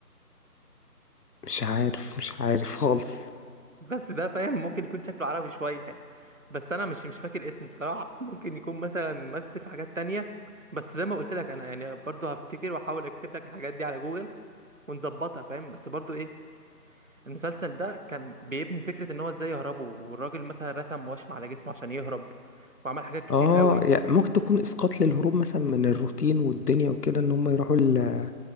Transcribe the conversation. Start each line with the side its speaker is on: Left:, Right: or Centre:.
Left: مش عارف مش عارف خالص
Right: بس ده فاهم ممكن يكون شكله عربي شوية يعني بس انا مش مش فاكر اسمه بصراحة ممكن يكون مثلا مثل في حاجات تانية بس زي ما قلت لك انا يعني برضو هفتكر واحاول اكتب لك الحاجات دي على جوجل ونظبطها فاهم بس برضو ايه المسلسل ده كان بيبني فكرة ان هو ازاي يهربوا والراجل مثلا رسم وشم على جسمه عشان يهرب وعمل حاجات كتير
Left: اه
Right: قوي
Left: يعني ممكن تكون اسقاط للهروب مثلا من الروتين والدنيا وكده ان هم يروحوا ال